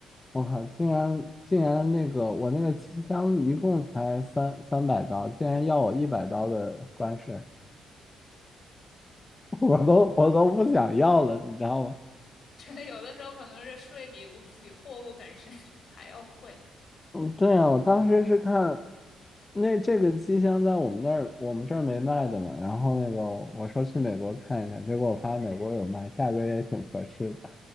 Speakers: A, on the left (about 20°); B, on the left (about 55°).
A: 我靠，竟然竟然那个我那个机箱一共才三三百刀，竟然要我一百刀的关税。<laughs> 我都我都不想要了，你知道吗？
B: <laughs> 觉得有的时候可能是税比物比货物本身 <laughs> 还要贵，
A: 嗯，对啊，我当时是看那这个机箱在我们那儿，我们这儿没卖的嘛。然后那个我说去美国看一下，结果我发现美国有卖，价格也挺合适的。